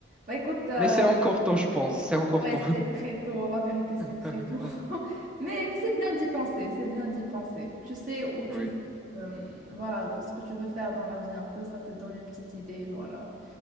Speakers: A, on the right; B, in the centre.
A: Bah écoute, euh,
B: Mais c'est encore tôt, je pense,
A: Ouais,
B: c'est encore
A: ouais,
B: tôt.
A: c'est très tôt, la vérité, c'est
B: <laughs>
A: très tôt. <laughs> Mais, mais c'est bien d'y penser, c'est bien d'y penser. Tu sais où tu
B: Oui,
A: veux, euh, voilà, ce que tu veux faire dans la vie un peu, ça te donne une petite idée, voilà,